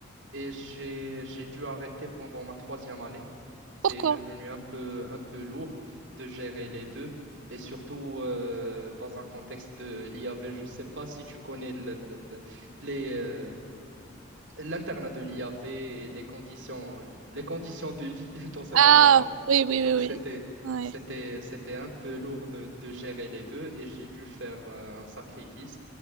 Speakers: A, on the right; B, on the right.
A: et j'ai, j'ai dû arrêter pendant ma troisième année
B: Pourquoi?
A: c'est devenu un peu, un peu lourd de gérer les deux, et surtout euh, dans un contexte de l'IAV. Je ne sais pas si tu connais le- le- le- les, euh, l'internat de l'IAV et les conditions, les conditions de vie <laughs> dans cet
B: Ah,
A: internat.
B: oui, oui, oui,
A: Donc,
B: oui.
A: c'était,
B: Ouais.
A: c'était, c'était un peu lourd de, de gérer les deux et j'ai dû faire euh, un sacrifice.